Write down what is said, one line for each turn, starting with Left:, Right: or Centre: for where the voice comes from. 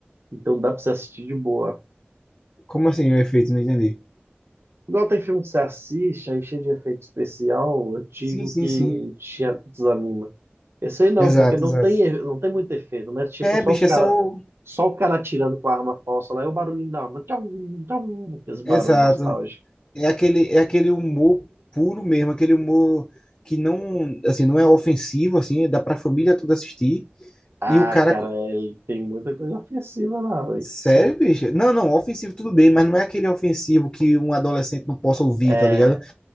Right: então dá pra você assistir de boa.
Left: Como assim o efeito? Não entendi.
Right: Igual tem filme que você assiste, aí cheio de efeito especial, antigo,
Left: Sim, sim,
Right: que
Left: sim.
Right: te desanima. Esse aí não,
Left: Exato,
Right: porque não
Left: exato.
Right: tem, não tem muito efeito, né? Tipo,
Left: É,
Right: só
Left: bicho,
Right: o cara,
Left: é só. o-
Right: só o cara atirando com a arma falsa lá e o barulhinho da arma. Tchau, tchau, esse barulho
Left: Exato.
Right: nostálgico.
Left: É aquele, é aquele humor puro mesmo, aquele humor que não, assim, não é ofensivo, assim, dá pra família toda assistir.
Right: Ah,
Left: E o cara,
Right: cara,
Left: co-
Right: ele tem muita coisa ofensiva lá, velho.
Left: sério,
Right: Sim.
Left: bicho? Não, não, ofensivo tudo bem, mas não é aquele ofensivo que um adolescente não possa ouvir,
Right: É,
Left: tá ligado?